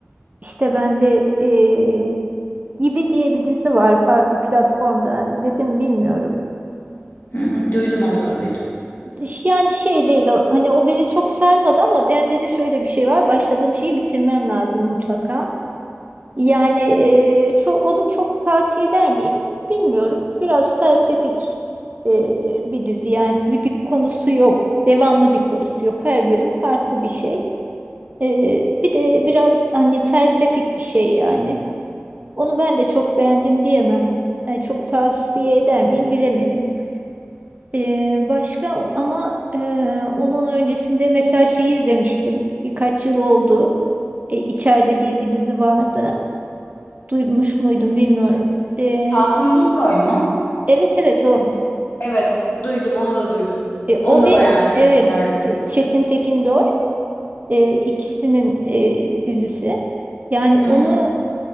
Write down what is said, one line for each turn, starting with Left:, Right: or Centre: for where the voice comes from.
Right: işte ben de e, Gibi diye bir dizi var farklı platformda izledim bilmiyorum.
Left: Hı hı, duydum onu da duydum.
Right: Ş- Yani şey değil o, hani o beni çok sarmadı ama bende de şöyle bir şey var başladığım şeyi bitirmem lazım mutlaka. Yani eee, ço- onu çok tavsiye eder miyim bilmiyorum. Biraz felsefik eee, bir dizi yani bir, bir konusu yok. Devamlı bir konusu yok. Her bölüm farklı bir şey. Eee, bir de biraz hani felsefik bir şey yani. Onu ben de çok beğendim diyemem. Yani çok tavsiye eder miyim bilemedim. Eee, başka ama eee, onun öncesinde mesela şeyi izlemiştim. Birkaç yıl oldu. E, İçeride diye bir dizi vardı. Duymuş muydum bilmiyorum. Ee,
Left: Çağatay Ulusoy mu?
Right: evet evet o.
Left: Evet, duydum onu da duydum.
Right: E,
Left: Onu
Right: o
Left: da
Right: ve
Left: bayağı önermişlerdi.
Right: evet Ç- Çetin Tekindor e, ikisinin e, dizisi. Yani onu
Left: Hı hı.